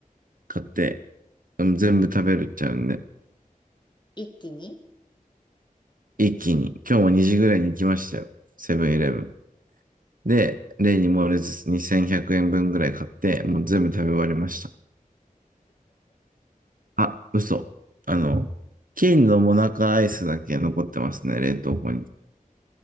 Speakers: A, on the right; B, on the left.
A: 買って、全部食べるっちゃうんで、
B: 一気に
A: 一気に、今日も2時ぐらいに行きましたよ。セブンイレブン。で、例に漏れず2100円分ぐらい買って、もう全部食べ終わりました。あ、嘘。あの、金のモナカアイスだけ残ってますね、冷凍庫に。